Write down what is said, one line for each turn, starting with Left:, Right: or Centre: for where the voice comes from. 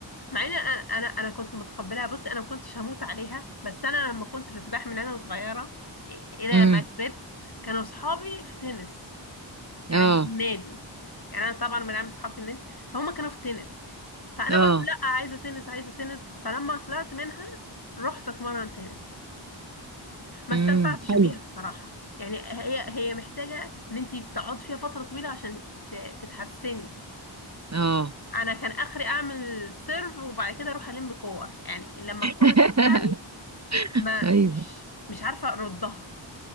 Left: مع ان انا انا أنا كنت متقبلها بصي انا ما كنتش هموت عليها بس انا لما كنت في سباحه من انا صغيره إ- الى
Right: امم
Left: ما كبرت كانوا صحابي في تنس يعني
Right: اه
Left: اللي في النادي يعني انا طبعا من عامل صحاب في النادي فهم كانوا في تنس فانا
Right: اه
Left: قلت لا عايزه تنس عايزه تنس فلما طلعت منها رحت اتمرن تنس ما
Right: امم
Left: استمتعتش
Right: حلو
Left: بيها الصراحه يعني هي هي محتاجه ان انت تقعد فيها فتره طويله عشان ت- تتحسني
Right: اه
Left: انا كان اخري اعمل سيرف وبعد كده اروح الم كور يعني لما
Right: <laughs>
Left: الكرة ترجع لي ما
Right: ايوه
Left: مش مش عارفة اردها